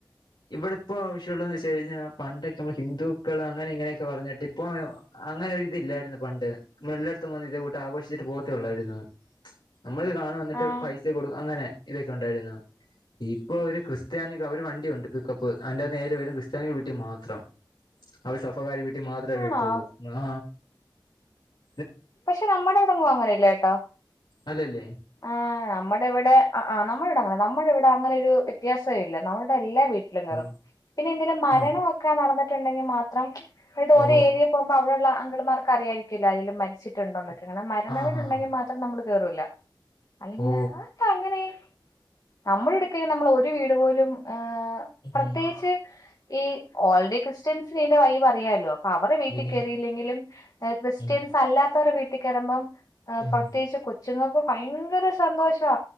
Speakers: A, on the left; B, on the left.
A: ഇവിടെ ഇപ്പോ ആവശ്യമുള്ള ന്ന് വെച്ച് കഴിഞ്ഞാ പണ്ടൊക്കെ നമ്മ ഹിന്ദുക്കള് അങ്ങനെ ഇങ്ങനെയൊക്കെ പറഞ്ഞിട്ട് ഇപ്പൊ അങ്ങനെ ഒരിതി ഇല്ലായിരുന്നു പണ്ട് നമ്മൾ എല്ലായിടത്തും വന്ന് ഇതേ കൂട്ട് ആഘോഷിച്ചിട്ട പോകത്തൊള്ളായിരുന്നു നമ്മളിത് കാണാൻ വന്നിട്ട്
B: ആഹ്
A: പൈസ കൊടു അങ്ങനെ ഇതൊക്കെ ഉണ്ടായിരുന്നു ഇപ്പൊ ഒരു ക്രിസ്ത്യാനി അവര് വണ്ടിയുണ്ട് പ്പ് അയ്ന്റെ നേരെ വരും ക്രിസ്ത്യാനികൾ വീട്ടി മാത്രം അവടെ സഫകാരി വീട്ടി മാത്രേ വരുത്തുള്ളൂ
B: ആണോ
A: ആ അ
B: പക്ഷെ നമ്മുടെ ഇവിടെങ്ങും അങ്ങനെല്ലേ കേട്ടോ
A: അല്ലല്ലേ
B: ആ നമ്മുടെ ഇവിടെ നമ്മടെവിടെങ്ങനെ നമ്മൾ ഇവിടെ അങ്ങനെ ഒരു വ്യത്യാസ വേ ഇല്ല നമ്മുടെ എല്ലാ വീട്ടിലും കേറും
A: ആ
B: പിന്നെ എന്തേലും മരണം
A: ആ
B: ഒക്കെ നടന്നി ട്ടുണ്ടെങ്കിൽ മാത്രം അതായത് ഒരേരിയ
A: ഓ
B: പോകുമ്പോ അവിടെ ല്ല അങ്കിള്മാർക്ക് അറിയായിരിക്കല്ലോ ആരേല്ലും മരിച്ചി ട്ടുണ്ടോന്ന് <unintelligible> മരണ
A: ആ
B: വീടുണ്ടെങ്കിൽ
A: ആ
B: മാത്രം നമ്മള് കേറൂല്ല അല്ലെങ്കി
A: ഓ
B: <unintelligible> അതെത്താ അങ്ങനെ നമ്മൾ എടുക്ക നമ്മൾ ഒരു വീട് പോലും <unintelligible>
A: ഉം
B: പ്രത്യേകിച്ച് ഈ ഓൾഡി ക്രിസ്ത്യൻസിനീന്റെ വൈബ് അറിയാല്ലോ അ അവരെ വീട്ടിൽ
A: പിന്നെ
B: കേറിയില്ലെങ്കിലും ക്രിസ്ത്യൻസ്
A: ഉം
B: അല്ലാ ത്തവര്ടെ വീട്ടി കേറുമ്പം
A: ഉം
B: പ്രത്യേകിച്ച് കു ച്ചുങ്ങക്ക് ഭയങ്കര സന്തോഷ വാ